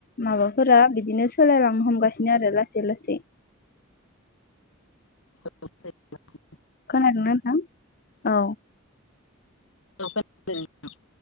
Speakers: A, on the left (about 45°); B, on the left (about 65°).
A: माबाफोरा बिदिनो सोलायलांनो हमगासिनो आरो लासै लासै।
B: औ <unintelligible>
A: खोनादोना नोंथां? औ
B: औ खोनादों नोंथां।